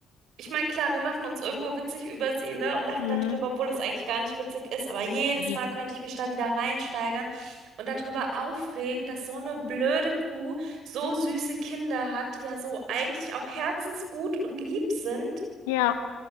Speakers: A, on the right; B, on the left.
A: ich meine, klar, wir machen uns irgendwo witzig über sie, ne, und lachen
B: Mhm.
A: darüber, obwohl das eigentlich gar nicht witzig ist, aber jedes
B: Ja.
A: Mal könnte ich mich da wieder reinsteigern und darüber aufregen, dass so eine blöde Kuh so süße Kinder hat, die ja so eigentlich auch herzensgut und lieb sind,
B: Ja.